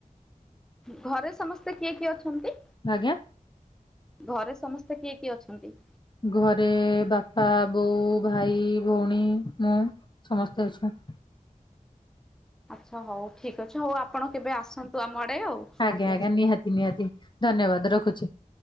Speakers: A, in the centre; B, on the left.
A: ଘରେ ସମସ୍ତେ କିଏ କିଏ ଅଛନ୍ତି?
B: ଆଜ୍ଞା
A: ଘରେ ସମସ୍ତେ କିଏ କିଏ ଅଛନ୍ତି?
B: ଘରେ ବାପା, ବୋଉ, ଭାଇ, ଭଉଣୀ, ମୁଁ ସମସ୍ତେ ଅଛନ୍
A: ଆଚ୍ଛା ହଉ ଠିକ୍ ଅଛି ହଉ ଆପଣ କେବେ ଆସନ୍ତୁ ଆମ ଆଡେ ଆଉ
B: ଆଜ୍ଞା
A: ଆ
B: ଆଜ୍ଞା ନିହାତି ନିହାତି। ଧନ୍ୟବାଦ୍ ରଖୁଛି।